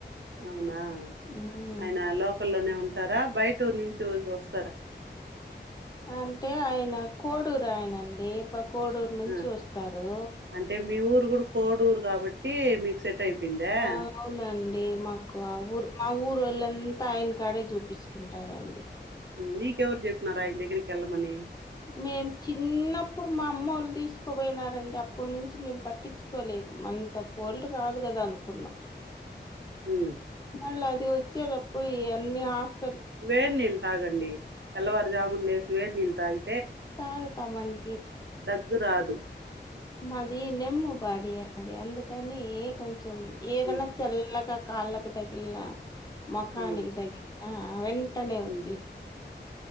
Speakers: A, on the right; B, on the left.
A: అవునా
B: మ్మ్
A: ఆయన లోకల్లోనే ఉన్ తారా బయటూర్ నుంచి వస్
B: అంటే ఆయన కోడూరు ఆయన డీ ప కోడూరు నుంచి
A: ఆ
B: వస్తారు
A: అంటే మీ ఊరు కూడా కోడూరు కాబట్టి మీకు సెట్ అయిపోయిందా
B: ఆ అవునండి. మాకు ఆ ఊరు మా ఊరు వాళ్ళ అన్ అంతా ఆయన కాడే చూపించుకుంటారండి
A: నీకెవరు చెప్పినారు ఆయన దగ్గరికి వెళ్ళ మనీ
B: మేం చిన్నప్పుడు మా అమ్మ వాళ్ళు తీసుకుపోయినారండి. అప్పడు నుంచి మేము పట్టించుకోలేదు. అంత కోల్డ్ రాదు కదా అనుకున్నాం.
A: హూ మ్
B: మళ్ళ అది వచ్చేటప్పుడు ఇ అన్ని హస్
A: వేడినీలు తాగండి తెల్లవారు జాము లేసి వేడి నీళ్లు తాగి
B: తాగుతామండి.
A: దగ్గురాదు.
B: మాది నిమ్ము బాడీ అండి అందుకని కొం చెం ఏదన్నా
A: ఉమ్,
B: చల్లగా, కాళ్ళకి తగిలిన ముఖానికి
A: ఆ,
B: తగిలి ఆ అ వెం టానే వచెస్ట్
A: ఉమ్,